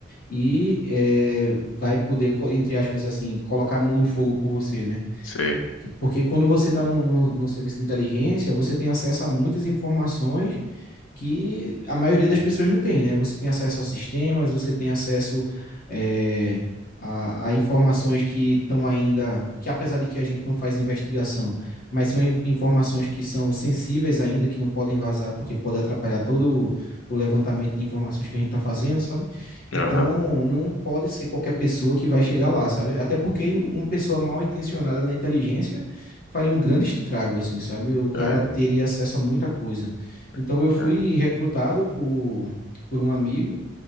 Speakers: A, on the left; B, on the left.
A: e é, vai poder, co- entre aspas, assim, colocar a mão no fogo por você, né?
B: Sei.
A: Que- Porque quando você está no, no, no serviço de inteligência, você tem acesso a muitas informações que a maioria das pessoas não tem, né? Você tem acesso a sistemas, você tem acesso é, a, a informações que estão ainda, que apesar de que a gente não faz investigação, mas são in- informações que são sensíveis ainda, que não podem vazar porque pode atrapalhar todo o levantamento de informações que a gente está fazendo, sabe? Então,
B: Aham.
A: não pode ser qualquer pessoa que vai chegar lá, sabe? Até porque uma pessoa mal intencionada na inteligência faria um grande estrago, assim, sabe? O cara
B: É,
A: teria acesso a muita coisa. Então
B: verdade.
A: eu fui recrutado por, por um amigo